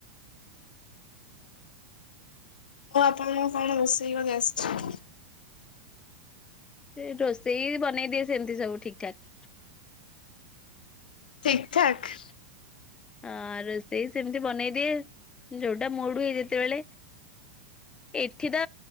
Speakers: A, on the left; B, on the left.
A: ହଉ ଆପଣଙ୍କୁ କଣ ରୋଷେଇ କରି ଆସିଚି?
B: ସେ ରୋଷେଇ ବନେଇ ଦିଏ ସେମତି ସବୁ ଠିକ୍ ଠାକ୍।
A: ଠିକ୍ ଠାକ୍।
B: ଆ ରୋଷେଇ ସେମିତି ବନେଇଦିଏ ଯୋଉଟା ମୁଡ୍ ହୁଏ ଯେତେବେଳେ। ଏଠି ତ